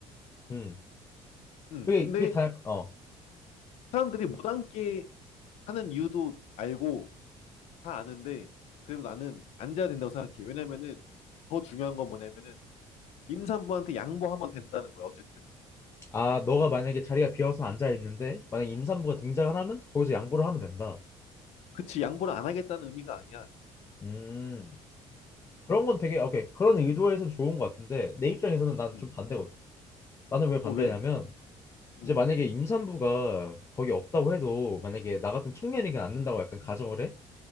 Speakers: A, on the left; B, on the left.
A: 음,
B: 음.
A: 그게
B: 근데
A: 그게 다 약- 어.
B: 사람들이 못 앉게 하는 이유도 알고, 다 아는데, 그래도 나는 앉아야 된다고 생각해. 왜냐면은, 더 중요한 건 뭐냐면은, 임산부한테 양보하면 된다는 거야, 어쨌든.
A: 아, 너가 만약에 자리가 비어서 앉아 있는데 만약에 임산부가 등장을 하면 거기서 양보를 하면 된다.
B: 그치, 양보를 안 하겠다는 의미가 아니야.
A: 음, 그런 건 되게 오케이 그런 의도에선 좋은 것 같은데 내 입장에서는 난
B: 음.
A: 좀 반대거든. 나는 왜 반대냐면
B: 어, 왜?
A: 이제
B: 음.
A: 만약에 임산부가 거기 없다고 해도 만약에 나 같은 청년이 그냥 안 는다고 약간 가정을 해?